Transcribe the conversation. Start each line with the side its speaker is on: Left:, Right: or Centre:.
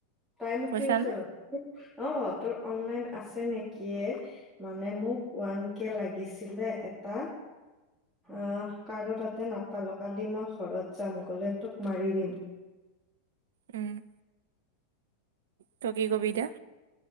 Centre: তাই মোক
Right: পইচা
Centre: কি কৈছে
Right: না
Centre: বাৰু অ', তোৰ অনলাইন আছে নেকি এ? মানে মোক ওৱান কে লাগিছিলে এটা। আহ্ কাৰো তাতে নাপালোঁ। কালি মই ঘৰত যাম, গ'লে তোক মাৰি দিম।
Right: উম্। তই কি কবি এতিয়া?